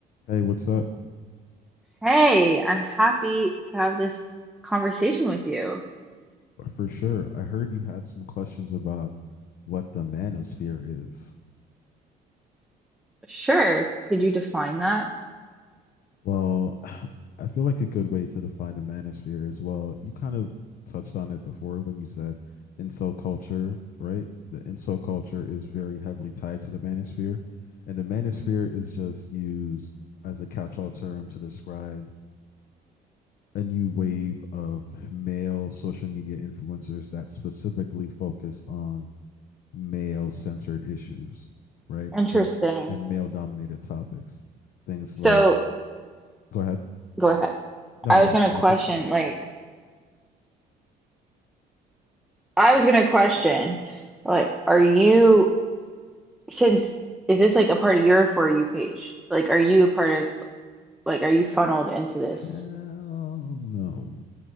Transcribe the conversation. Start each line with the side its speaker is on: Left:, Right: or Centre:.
Left: Hey, what's up?
Centre: Hey, I'm happy to have this conversation with you.
Left: For sure. I heard you had some questions about what the manosphere is.
Centre: Sure. Could you define that?
Left: Well, <sighs> I feel like a good way to define the manosphere is well. You kind of touched on it before when you said inso culture, right? The inso culture is very heavily tied to the manosphere. And the manosphere is just used as a catch-all term to describe a new wave of male social media influencers that specifically focused on male censored issues, right?
Centre: Interesting.
Left: And and male dominated topics. Things
Centre: So,
Left: like go ahead.
Centre: go ahead.
Left: No,
Centre: I
Left: no,
Centre: was
Left: no.
Centre: gonna
Left: Oh,
Centre: question,
Left: oh,
Centre: like, I was gonna question, like, are you, since, is this like a part of your For You page? Like, are you a part of, like, are you funneled into this?
Left: hell no.